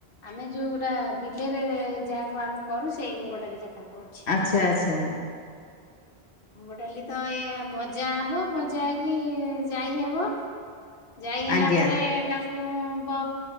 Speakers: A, on the left (about 60°); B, on the left (about 80°).
A: ଆମେ ଯୋଉଟା ବିଲରେ ଯାହାକୁ ଆମେ କରୁ ସେଇ ମୁଗ ଡାଲି କଥା କୋହୁଛି।
B: ଆଚ୍ଛା ଆଚ୍ଛା।
A: ମୁଗ ଡାଲି ତ ଏଇଆ ଭଜା ହବ ଭଜା ହେଇକି ଜାଇ ହବ। ଯାଇ ହେଲା
B: ଆଜ୍ଞା
A: ପରେ ତା ଏ ବ